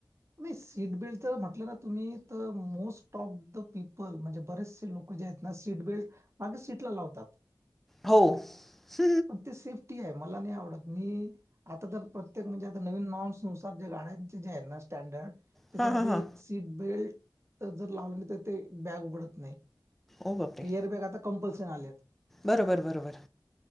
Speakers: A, on the right; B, in the centre.
A: नाही सीटबेल्ट जर म्हटलं ना तुम्ही तर मोस्ट ऑफ द पीपल म्हणजे बरेचसे लोक म्हणजे ना सीट बेल्ट मागे सीटला लावतात
B: हो ह
A: पण ते सेफ्टी आहे मला नाही आवडत मी आता तर प्रत्येक म्हणजे आता नवीन नॉर्म्स नुसार जे गाड्यांचे जे आहे ना स्टँडर्ड त्याच्यामध्ये
B: हां, हां, हां.
A: सीट बेल्ट जर लावलं नाही तर ते बॅग उघडत नाही
B: ओ बापरे
A: एअर बॅग आता कंपल्सन आले आहेत
B: बरोबर बरोबर